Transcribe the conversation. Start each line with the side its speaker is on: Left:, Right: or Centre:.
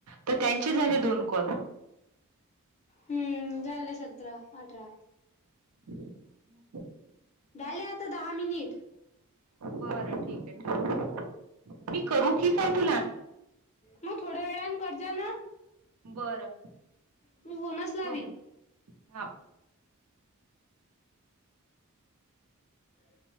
Right: त त्यांची झाले दोन कॉल.
Left: हम्म झाले सतरा, अठरा.
Right: <inaudible>
Left: झायले आता दहा मिनिट.
Right: बरं ठीक आहे ठीक. मी करू की काय तुला?
Left: मंग थोड्या वेळान करजन.
Right: बरं
Left: मी होनच
Right: हा
Left: लावीन.
Right: ठेव मग हा.
Left: <inaudible>